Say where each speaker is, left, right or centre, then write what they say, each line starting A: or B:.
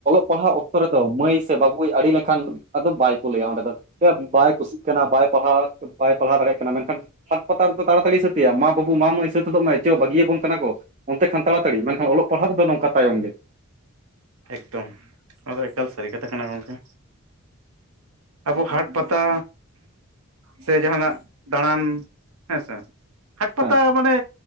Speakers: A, on the right; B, on the right.
A: ᱯᱟᱲᱦᱟᱣ ᱚᱠᱛᱚ ᱨᱮᱫᱚ ᱢᱟᱹᱭ ᱥᱮ ᱵᱟᱹᱵᱩᱭ ᱟᱲᱤ ᱞᱮᱠᱷᱟᱱ ᱟᱫᱚ ᱵᱟᱭ ᱠᱳᱞᱮᱭᱟ ᱚᱸᱰᱮ ᱫᱚ᱾ ᱭᱟ ᱵᱟᱭ ᱠᱩᱥᱤᱜ ᱠᱟᱱᱟ ᱵᱟᱭ ᱯᱟᱲᱦᱟᱣ ᱵᱟᱭ ᱯᱟᱲᱦᱟᱣ ᱫᱟᱲᱮᱭᱟᱜ ᱠᱟᱱᱟ ᱢᱮᱱᱠᱷᱟᱱ ᱦᱟᱴ ᱯᱟᱛᱟ ᱨᱮᱫᱚ ᱛᱟᱲᱟᱛᱟᱹᱲᱤ ᱥᱟᱹᱛᱮᱭᱟ ᱢᱟ ᱵᱟᱹᱵᱩ ᱢᱟ ᱢᱟᱹᱭ ᱥᱟᱹᱛ ᱦᱚᱫᱚᱜ ᱢᱮ ᱪᱚ ᱵᱟᱹᱜᱤᱭᱟᱵᱚᱱ ᱠᱟᱱᱟ ᱠᱚ᱾ ᱚᱱᱛᱮ ᱠᱷᱟᱱ ᱛᱟᱲᱟᱛᱟᱹᱲᱤ ᱢᱮᱱᱠᱷᱟᱱ ᱚᱞᱚᱜ ᱯᱟᱲᱦᱟᱜ ᱨᱮᱫᱚ ᱱᱚᱝᱠᱟ ᱛᱟᱭᱚᱢ ᱜᱮ᱾
B: ᱮᱠᱫᱚᱢ ᱱᱚᱣᱟᱫᱚ ᱮᱠᱟᱞ ᱥᱟᱹᱨᱤ ᱠᱟᱛᱷᱟ ᱠᱟᱱᱟ ᱜᱚᱢᱠᱮ᱾ ᱟᱵᱚ ᱦᱟᱴ ᱯᱟᱛᱟ ᱥᱮ ᱡᱟᱦᱟᱱᱟᱜ ᱫᱟᱬᱟᱱ ᱦᱮᱸ ᱥᱮ ᱦᱟᱴ ᱯᱟᱛᱟ
A: ᱦᱮᱸ
B: ᱢᱟᱱᱮ